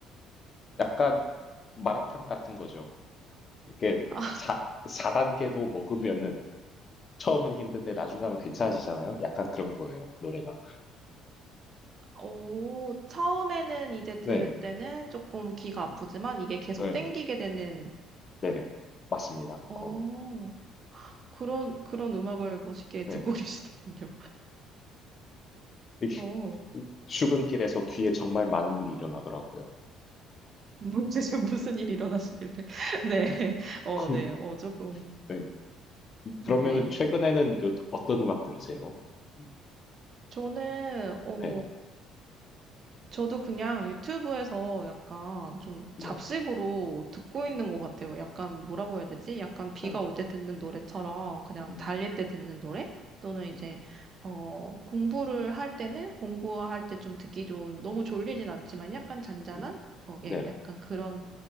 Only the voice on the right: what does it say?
아,
오, 처음에는 이제 들을
때는 조금 귀가
아프지만 이게 계속
땡기게 되는,
어,
그런, 그런 음악을 멋있게
듣고 <laughs> 계시는군요.
어,
뭐지, 지금 무슨 일이 일어나시길래. <laughs> 네, 어,
네, 어, 조금,
음, 네.
저는, 어,
저도 그냥 유튜브에서 약간
좀
잡식으로 듣고 있는
것 같아요. 약간 뭐라고 해야 되지? 약간 비가
올 때 듣는 노래처럼 그냥
달릴 때 듣는 노래? 또는 이제,
어, 공부를 할 때는 공부할 때 좀 듣기 좋은, 너무 졸리진 않지만 약간 잔잔한?
어,
예, 약간 그런